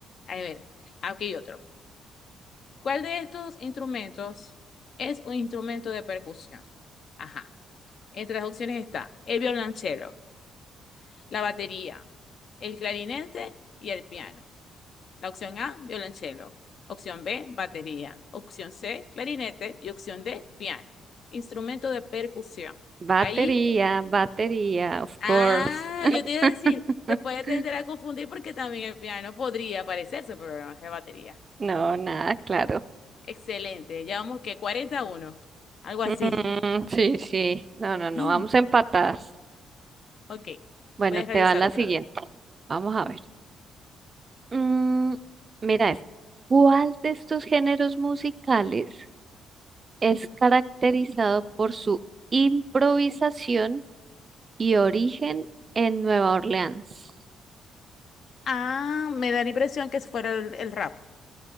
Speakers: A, on the left; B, on the right.
A: A ver, aquí hay otro. ¿Cuál de estos instrumentos es un instrumento de percusión? Ajá. Entre las opciones está el violonchelo, la batería, el clarinete y el piano. La opción A, violonchelo. Opción B, batería. Opción C, clarinete. Y opción D, piano. Instrumento de percusión.
B: batería,
A: Ahí,
B: batería, of
A: ah,
B: course. <laughs>
A: yo te iba a decir, se puede tender a confundir porque también el piano podría parecerse, pero no es de batería.
B: No, nada, claro.
A: Excelente. Ya vamos que cuarenta a uno algo así.
B: Mm, sí, sí. No, no,
A: <laughs>
B: no. Vamos empatadas.
A: Ok,
B: Bueno,
A: puedes
B: te
A: realizar
B: va la
A: otra
B: siguiente.
A: vez.
B: Vamos a ver. Mm, mira esta. ¿Cuál de estos géneros musicales es caracterizado por su improvisación y origen en Nueva Orleans?
A: Ah, me da la impresión que fuera el, el rapo.